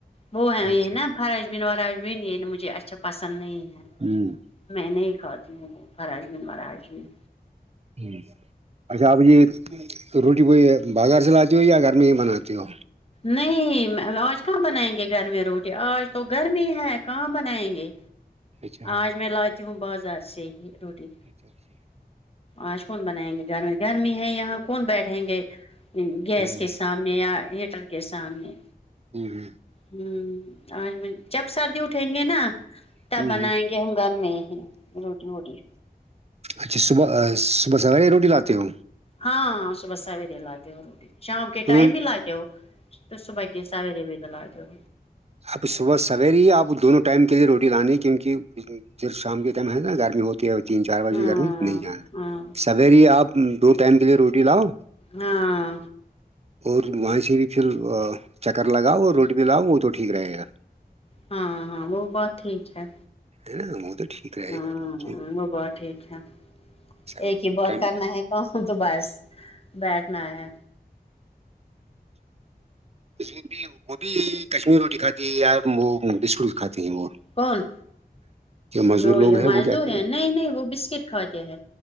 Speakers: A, on the left (about 35°); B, on the right (about 40°).
A: وہ ہے
B: اچھا
A: یہ نا فرش بین واراج بھی نہیں مجھے اچھا پسند نہیں ہے
B: ہوں
A: میں نہیں کھاتی ہوں وہ فراجمین وراجمین
B: ہوں اچھا آپ یہ روٹی کو یہ بازار سے لاتی ہو یا گھر میں ہی بناتی ہو
A: نہیں آج کہاں بنائیں گے گھر میں روٹی آج تو گرمی ہی ہے کہاں بنائیں گے
B: اچھا اچھا
A: آج میں لاتی ہوں بازار سے ہی روٹی
B: اچھا اچھا
A: آج کون بنائیں گے گرمی گرمی ہے یہاں کون بیٹھیں گے گیس
B: ہوں
A: کے سامنے یا ہیٹر کے سامنے
B: ہوں ہ
A: ہوں آج جب سردی اٹھیں گے نا
B: ہوں
A: تب بنائیں
B: ہوں
A: گے ہم گھر میں ہی روٹی ووٹی
B: اچھا صبح صبح سزے روٹی لاتے ہو
A: ہاں صبح سویری ل آاتتے ہو رہی شام کے
B: دونوں
A: ٹائم ہی لا جاؤ تو صبح کے سویرے بھی تو لا جاؤ
B: اب صبح سویر ہی آپ دونوں ٹائم کے لیے روٹی لانی ہے کیونکہ پھر شام کے ٹائم ہے نا گرمی ہوتی ہے تین چار بجے
A: ہاں
B: کرنی نہیں جانا ہے
A: ہاں
B: سویر ہی آپ دو ٹائم کے لیے روٹی لاؤ
A: ہاں
B: اور وہیں سے بھی پھر چکر لگاؤ اور روڈ بھی لاؤ وہ تو ٹھیک رہے گا
A: ہاں ہاں وہ بہت ہیٹیھ ہے
B: ہے نا ٹھیک رہے
A: ہوں
B: گا کیونکہ
A: وہ بت ٹھیک ہے
B: سویر
A: ایک ہی
B: دو
A: بت
B: ٹائم
A: کرنا ہے ہ تو بس بیٹھنا ہے
B: اچ بھی وہ بھی کشمیری روٹی کھاتی ہے یار وہ بسکٹ بھی کھاتی ہیں وہ
A: کون
B: مزدور
A: جو یہ
B: لوگ ہیں
A: مزدور
B: وہ کیا کریں
A: ہے نہیں نہیں وہ بسکٹ کھاتے ہے